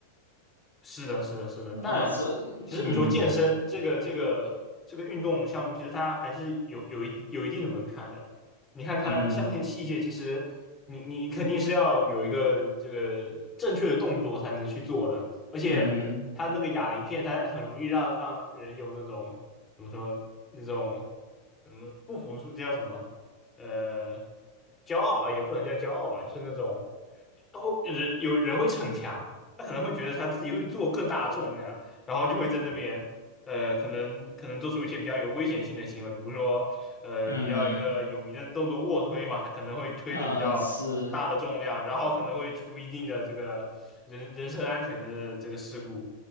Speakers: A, on the left; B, on the left.
A: 是的，是的，是的，
B: 哦，
A: 但
B: 所以，
A: 其实你说健身这个这个这个运动项目，
B: 嗯
A: 其实它还是有有一有一定的门槛的。你看它像那些器械，
B: 嗯
A: 其实你你你肯定是要有一个这个正确的动作才能去做的，而且它那个哑铃片，
B: 嗯
A: 它很容易让让人有那种怎么说那种怎么不服输，叫什么呃骄傲啊，也不能叫骄傲吧，就是那种然后人有人会逞强。他可能会觉得他自己会做更大的重量，然后就会在那边，呃，可能可能做出一些比较有危险性的行为，比如说，呃，
B: 嗯，
A: 比较一个有名的动作卧推嘛，他可能会推的比较大的重量，
B: 呃，是，
A: 然后可能会出一定的这个人人身安全的这个事故。